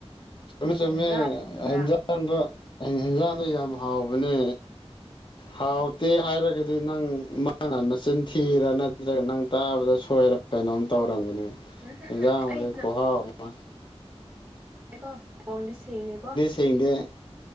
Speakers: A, on the left; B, on the right.
A: ꯆꯨꯃꯦ
B: ꯊꯣꯡꯕ꯭ꯔꯥ
A: ꯆꯨꯝꯃꯦ
B: ꯊꯣꯡꯗꯕ꯭ꯔꯥ
A: ꯍꯦꯟꯖꯥꯡꯗꯣ ꯍꯦꯟꯖꯥꯡꯗꯣ ꯌꯥꯝ ꯍꯥꯎꯕꯅꯦ
B: <inaudible>
A: ꯍꯥꯎꯇꯦ ꯍꯥꯏꯔꯒꯗꯤ ꯅꯪ ꯃꯥꯅ ꯃꯆꯤꯟꯊꯤꯔ ꯅꯠꯇ꯭ꯔꯒ ꯅꯪ ꯇꯥꯕꯗ ꯁꯣꯏꯔ ꯀꯩꯅꯣꯝ ꯇꯧꯔꯝꯒꯅꯤ
B: ꯎꯝ ꯎꯝ
A: ꯑꯦꯟꯖꯥꯡꯕꯨꯗꯤ
B: ꯎꯝ ꯑꯩ
A: ꯈꯨꯍꯥꯎ ꯑꯃ
B: <unintelligible> ꯀꯣ ꯐꯣꯟꯗꯤ ꯁꯦꯡꯉꯦꯀꯣ
A: ꯊꯦꯡꯗꯦ